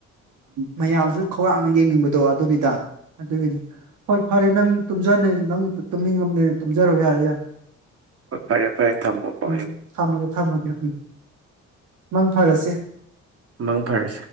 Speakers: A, on the right; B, on the right.
A: ꯃꯌꯥꯝꯁꯨ ꯈꯧꯔꯥꯡꯅ ꯌꯦꯡꯅꯤꯡꯕꯗꯣ ꯑꯗꯨꯅꯤꯗ ꯑꯗꯨꯒꯤꯅꯤ ꯍꯣꯏ ꯐꯔꯦ ꯅꯪ ꯅꯪ ꯇꯨꯝꯅꯤꯡꯉꯝꯗꯅ ꯇꯨꯝꯖꯔꯣ ꯌꯥꯔꯣ ꯌꯥꯔꯦ
B: ꯍꯣꯏ ꯐꯔꯦ ꯐꯔꯦ ꯊꯝꯃꯣꯀꯣ
A: ꯎꯝ ꯊꯝꯃꯒꯦ ꯊꯝꯃꯒꯦ ꯃꯪ ꯐꯔꯁꯦ
B: ꯃꯪ ꯐꯔꯁꯦ